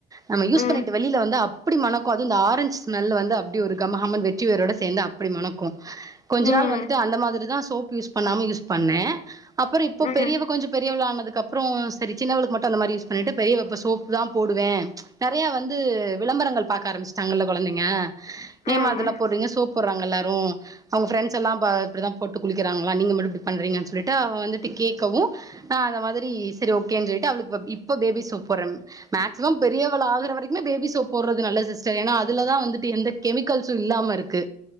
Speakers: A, on the right; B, on the left.
A: நம்ம யூஸ்
B: ம்
A: பண்ணிட்டு வெளில வந்தா அப்டி மணக்கு அது இந்த ஆரஞ்ச் ஸ்மல் வந்து அப்டி ஒரு கமகமனு வெட்டி வேரோட சேந்நா அப்டி மணக்கு கொஞ்ச
B: ம்
A: நாள் வந்துட்டு அந்த மாதிரிதா சோப் யூஸ் பண்ணாம யூஸ் பண்ணே அப்புறோ இப்போ
B: ம்
A: பெரியவ கொஞ்ச பெரியவளானதுக்கப்றோ சரி சின்னவளுக்கு மட்டு அந்த மாரி யூஸ் பண்ணிட்டு பெரியவ இப்ப சோப்பு தா போடுவே நெறைய வந்து விளம்பரங்கள் பாக்க ஆரம்பிச் சுட்டாங்கல கொழந்தைங்க
B: ம்
A: ஏம்மா அதெல்லா போடுறீங்க சோப்பு போடுறாங்கல்லாரு அவங்க ஃப்ரெண்டஸ் எல்லா இப்படித்தா போட்டு குளிக்கிறாங்களா நீங்க மட்டு இப்டி பண்றீங்கன்னு சொல்லிட்டு அவ வந்துட்டு கேட்கவு நா அந்த மாதிரி சரி ஓகேன்னு சொல்ட்டு அவளுக்கு இப்ப பேபி சோப்‌ போடறே மேக்சிமம் பெரியவள் ஆகற வரைக்குமே பேபி சோப் போடுறது நல்லது சிஸ்டர் ஏனா அதுலதா வந்துட்டு எந்த கெமிக்கல்ஸூ இல்லாம இருக்கு